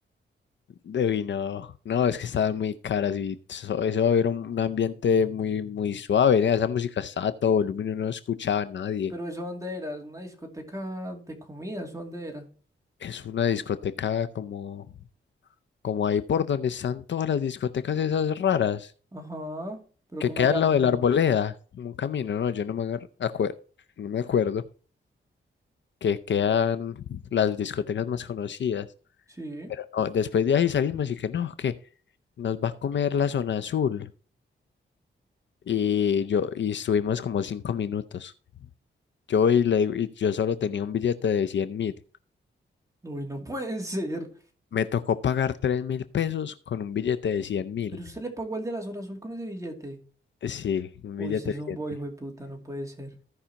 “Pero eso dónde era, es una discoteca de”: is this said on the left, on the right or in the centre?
Right